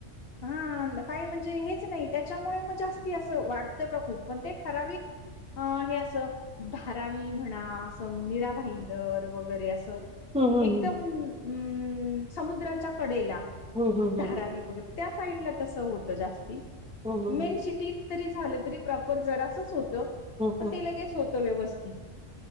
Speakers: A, on the left; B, in the centre.
A: हा काही म्हणजे हेच नाही त्याच्यामुळे मग जास्ती असं वाटतं का खूप पण ते ठराविक हे असं धारावी म्हणा असं मीरा भाईंदर वगैरे असं
B: हम्म
A: एकदम
B: हम्म
A: अम् समुद्राच्या कडेला
B: हम्म हम्म
A: धारावी वगैरे. त्या साईडला तस होतं जास्ती
B: हम्म हम्म
A: मेन सिटीत तरी झालं तरी प्रॉपर जरासच होत मग
B: हम्म
A: ते लगेच होतं व्यवस्थित.